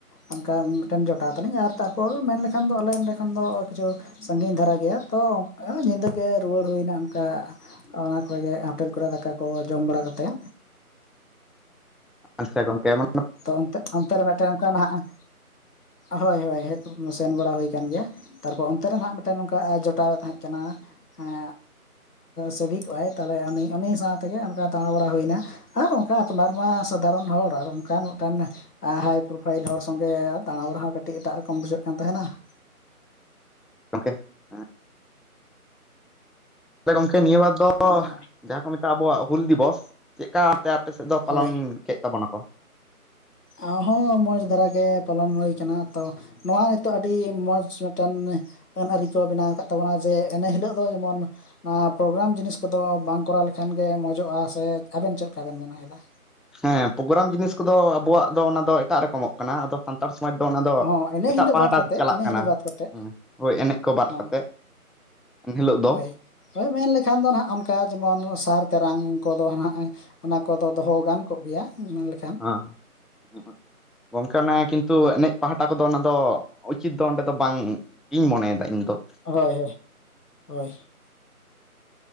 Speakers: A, on the left; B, in the centre.
A: ᱚᱱᱠᱟ ᱢᱤᱫᱴᱮᱱ ᱡᱚᱴᱟᱣ ᱛᱟᱹᱟᱞᱤᱧ ᱟᱨ ᱛᱟᱨᱯᱚᱨ ᱢᱮᱱ ᱞᱮᱠᱷᱟᱱ ᱫᱚ ᱟᱞᱮ ᱮᱸᱰᱮ ᱠᱷᱚᱱ ᱫᱚ ᱠᱤᱪᱷᱩ ᱥᱟᱺᱜᱤᱧ ᱫᱷᱟᱨᱟ ᱜᱮᱭᱟ ᱛᱚ ᱧᱤᱫᱟᱹ ᱜᱮ ᱨᱩᱣᱟᱹᱲ ᱦᱳᱭᱱᱟ ᱚᱱᱠᱟ-ᱼ ᱚᱱᱟ ᱠᱚᱨᱮᱜᱮ ᱦᱳᱴᱮᱹᱞ ᱠᱚᱨᱮ ᱫᱟᱠᱟ ᱠᱚ ᱡᱚᱢ ᱵᱟᱲᱟ ᱠᱟᱛᱮᱜ
B: ᱟᱪᱪᱦᱟ ᱜᱚᱝᱠᱮ ᱮᱢᱚᱱ
A: ᱛᱚ ᱚᱱᱛᱮ, ᱚᱱᱛᱮ ᱨᱮ ᱢᱤᱫᱴᱮᱱ ᱚᱱᱠᱟ ᱱᱟᱸᱦᱜ ᱦᱳᱭ ᱦᱳᱭ ᱦᱮᱡ, ᱥᱮᱱ ᱵᱟᱲᱟ ᱦᱳᱭ ᱠᱟᱱ ᱜᱮᱭᱟ ᱾ ᱛᱟᱨᱯᱚᱨ ᱚᱱᱛᱮ ᱨᱮ ᱦᱟᱸᱜ ᱢᱮᱫᱴᱮᱱ ᱱᱚᱝᱠᱟ ᱡᱚᱴᱟᱣᱮ ᱛᱟᱦᱮᱸᱜ ᱠᱟᱱᱟ ᱮᱸ ᱥᱮᱵᱷᱤᱠ ᱠᱚᱜᱼᱟᱭ ᱛᱟᱦᱞᱮ ᱩᱱᱤ, ᱩᱱᱤ ᱥᱟᱶᱛᱮᱜᱮ ᱚᱱᱠᱟ ᱫᱟᱬᱟ ᱵᱟᱲᱟ ᱦᱳᱭᱱᱟ ᱟᱨ ᱚᱱᱠᱟ ᱟᱯᱱᱟᱨ ᱢᱟ ᱥᱟᱫᱷᱟᱨᱚᱱ ᱦᱚᱲ ᱟᱨ ᱚᱱ -ᱠᱟᱱ ᱢᱤᱫᱴᱟᱝ ᱦᱟᱭ ᱯᱨᱳᱯᱷᱟᱭᱤᱞ ᱦᱚᱲ ᱥᱚᱸᱜᱮ ᱫᱟᱬᱟ ᱵᱟᱲᱟ ᱦᱚᱸ ᱠᱟᱹᱴᱤᱡ ᱮᱴᱟᱜ ᱨᱚᱠᱚᱢ ᱵᱩᱡᱷᱟᱹᱜ ᱠᱟᱱ ᱛᱟᱦᱮᱱᱟ ᱾
B: ᱜᱚᱝᱠᱮ ᱦᱮᱸ ᱮ ᱜᱚᱝᱠᱮ ᱱᱤᱭᱟᱹ ᱵᱟᱛ
A: ᱦᱳᱸ----ᱭᱮᱜ ᱾
B: ᱡᱟᱦᱟᱸ ᱠᱚ ᱢᱮᱛᱟᱜᱼᱟ ᱟᱵᱚᱣᱟᱜ ᱦᱩᱞ ᱫᱤᱵᱚᱥ ᱪᱮᱜ ᱠᱟ ᱟᱯᱮ ᱥᱮᱫ ᱫᱚ ᱯᱟᱞᱚᱱ
A: ᱦᱳᱭ
B: ᱠᱮᱫ ᱛᱟᱵᱚᱱᱟ ᱠᱚ?
A: ᱟ ᱦᱚᱸ ᱢᱚᱸᱡᱽ ᱫᱷᱟᱨᱟᱜᱮ ᱯᱟᱞᱚᱱ ᱦᱳᱭ ᱠᱟᱱᱟ ᱛᱚ ᱾ ᱱᱚᱣᱟ ᱱᱤᱛᱚᱜ ᱟᱹᱰᱤ ᱢᱚᱸᱡᱽ ᱢᱮᱫᱴᱮᱱ ᱮᱸᱷ ᱟᱹᱱ ᱟᱹᱨᱤ ᱠᱚ ᱵᱮᱱᱟᱣ ᱟᱠᱟᱫ ᱛᱟᱵᱚᱱᱟ ᱡᱮ, ᱮᱱᱮ ᱦᱤᱞᱳᱜ ᱫᱚ ᱡᱮᱢᱚᱱ ᱚᱱᱟ ᱯᱨᱳᱜᱨᱟᱢ ᱡᱤᱱᱤᱥ ᱠᱚᱫᱚ ᱵᱟᱝ ᱠᱚᱨᱟᱣ ᱞᱮᱠᱷᱟᱱ ᱜᱮ ᱢᱚᱸᱡᱚᱜᱼᱟ ᱥᱮ, ᱟᱵᱮᱱ ᱪᱮᱫ ᱞᱮᱠᱟ ᱵᱮᱱ ᱢᱚᱱᱮᱭᱮᱫᱟ?
B: ᱦᱮᱸ ᱯᱨᱳᱜᱨᱟᱢ ᱡᱤᱱᱤᱥ ᱠᱚᱫᱚ ᱟᱵᱚᱣᱟᱜ ᱫᱚ ᱚᱱᱟ ᱫᱚ ᱮᱴᱟᱜ ᱨᱚᱠᱚᱢᱚᱜ ᱠᱟᱱᱟ ᱟᱫᱚ ᱯᱦᱟᱱ ᱥᱟᱱᱛᱟᱲ ᱥᱚᱢᱟᱡᱽ ᱫᱚ ᱚᱱᱟ ᱫᱚ
A: ᱦᱚᱸ ᱤᱱᱟᱹ
B: ᱮᱴᱟᱜ
A: ᱦᱤᱞᱳᱜ
B: ᱯᱟᱦᱴᱟ
A: ᱵᱟᱫ ᱠᱟᱛᱮᱫ
B: ᱛᱮ ᱪᱟᱞᱟᱜ
A: ᱤᱱᱟᱹ
B: ᱠᱟᱱᱟ
A: ᱦᱤᱞᱳᱜ ᱵᱟᱫ ᱠᱟᱛᱮᱫ
B: ᱦᱩᱸ ᱦᱳᱭ ᱮᱱᱮᱡ ᱠᱚ ᱵᱟᱫ
A: ᱦᱚᱸ
B: ᱠᱟᱛᱮᱜ ᱤᱱ ᱦᱤᱞᱳᱜ ᱫᱚ
A: ᱦᱳᱭ
B: ᱾
A: ᱦᱳᱭ ᱢᱮᱱ ᱞᱮᱠᱷᱟᱱ ᱫᱚ ᱱᱟᱸᱜ ᱚᱱᱠᱟ ᱡᱮᱢᱚᱱ ᱥᱟᱨ ᱛᱮᱨᱟᱝ ᱠᱚᱫᱚ ᱦᱟᱸᱜ ᱚᱱᱟ ᱠᱚᱫᱚ ᱫᱚᱦᱚ ᱜᱟᱱ ᱠᱚᱜ ᱜᱮᱭᱟ ᱢᱮᱱᱞᱮ
B: ᱟᱸᱜ ᱾ ᱡᱚᱸᱦᱟᱨ, ᱜᱚᱝᱠᱮ ᱚᱱᱮ ᱠᱤᱱᱛᱩ ᱮᱱᱮᱡ ᱯᱟᱦᱴᱟ ᱠᱚᱫᱚ ᱚᱱᱟ ᱫᱚ ᱩᱪᱤᱛ ᱫᱚ ᱚᱸᱰᱮ ᱫᱚ ᱵᱟᱝ -ᱜᱤᱧ ᱢᱚᱱᱮᱭᱮᱫᱟ ᱤᱧ ᱫᱚ ᱾
A: ᱦᱳᱭ -ᱦᱳᱭ, ᱦᱳᱭ ᱾